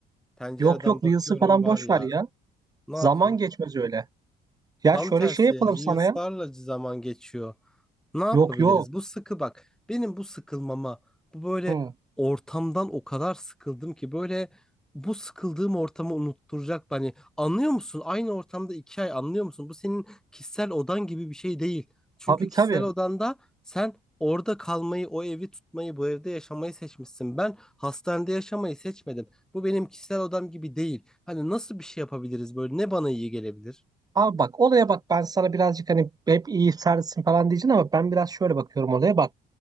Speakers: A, in the centre; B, on the right.
A: pencereden
B: Yok yok
A: bakıyorum
B: Reels'ı falan
A: var
B: boş
A: ya
B: ver ya.
A: ne
B: Zaman
A: yapayım?
B: geçmez öyle. Ya
A: Tam
B: şöyle
A: tersi
B: şey yapalım
A: Reels'larla
B: sana ya.
A: zaman geçiyor. Ne yapabiliriz?
B: Yok yok.
A: Bu sıkı bak. Benim bu sıkılmama, bu böyle
B: Hı.
A: ortamdan o kadar sıkıldım ki böyle bu sıkıldığım ortamı unutturacak. Hani anlıyor musun? Aynı ortamda iki ay anlıyor musun? Bu senin kişisel odan gibi bir şey değil. Çünkü
B: Tabii tabii.
A: kişisel odanda sen orada kalmayı, o evi tutmayı, bu evde yaşamayı seçmişsin. Ben hastanede yaşamayı seçmedim. Bu benim kişisel odam gibi değil. Hani nasıl bir şey yapabiliriz böyle? Ne bana iyi gelebilir?
B: Abi bak olaya bak ben sana birazcık hani hep iyi sertsin falan diyeceksin ama ben biraz şöyle bakıyorum olaya bak.